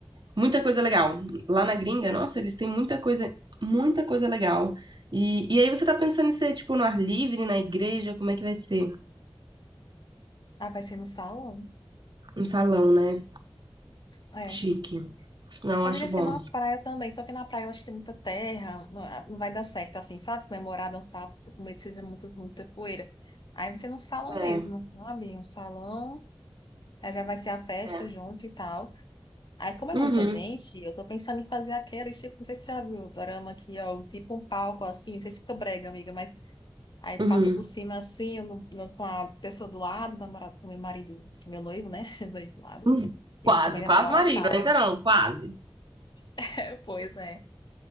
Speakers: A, on the right; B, on the left.
A: muita coisa legal. Lá na gringa, nossa, eles têm muita coisa, muita coisa legal. E, e aí você tá pensando em ser, tipo, no ar livre, na igreja, como é que vai ser?
B: Ah, vai ser no salão?
A: Um salão, né?
B: É.
A: Chique. Não,
B: Poderia
A: acho
B: ser
A: bom.
B: na praia também, só que na praia eu acho que tem muita terra, não ah, não vai dar certo assim, sabe? Comemorar, dançar, porque com medo que seja muita, muita poeira. Aí você num salão
A: É,
B: mesmo, sabe? Um salão, aí já vai ser a festa
A: é.
B: junto e tal. Aí, como é
A: Uhum,
B: muita gente, eu tô pensando em fazer aquela, tipo, não sei se você já viu o dorama aqui, ó, tipo um palco assim, não sei se fica brega, amiga, mas aí
A: uhum.
B: passa por cima assim, eu no- no- com a pessoa do lado, namorado, meu marido, meu noivo, né? <laughs> Do lado,
A: Uhum.
B: e
A: Quase,
B: também
A: quase
B: até o altar.
A: marido, ainda não, quase.
B: <laughs> Pois é.